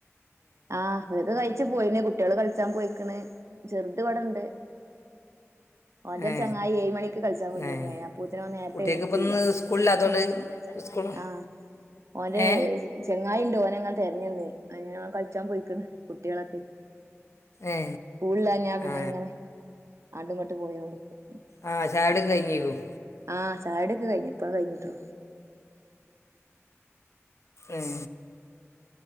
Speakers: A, on the right; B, on the left.
A: ആഹ് വ് ര് കഴിച്ചു പോയിന് കുട്ടികള് കളിച്ചാൻ പോയിക്ണ് ചെറുത്വ്ടെണ്ട് ഓന്റോരു
B: ഏ
A: ചങ്ങായി ഏഴ് മണിക്ക് കളിച്ചാൻ പോന്നീനി
B: ഏ
A: അ പ്പൂത്തിന് ഓൻ നേരത്തെ
B: കുട്ടികൾക്ക്
A: എണീറ്റില്ല
B: ഇപ്പം ഇന്ന് സ്കൂളില്ലാത്തതുകൊണ്ട്
A: ഉം
B: സ്കൂൾ
A: ആഹ് ഓന്റെ
B: ഏ
A: ചെങ്ങായി ഉണ്ട് ഓനങ്ങനെ തെരഞ്ന്ന് അങ്ങനെ ഓൻ കളിച്ചാൻ പോയിക്ണ് കുട്ട്യോളൊക്കെ
B: ഏ
A: സ്കൂളില്ലാഞാ പിന്നെ
B: ആ
A: ഇങ്ങനെ ആണ്ടുംങ്ങോട്ട് പോയോണ്ട്ക്കും
B: ആഹ് ചായടിക്കെ കഴിഞ്ഞിക്കും
A: ആഹ് ചായകുടിക്കെ കഴിഞ്ഞു ഇപ്പ കഴിഞ്ഞിട്ടോ
B: ഉം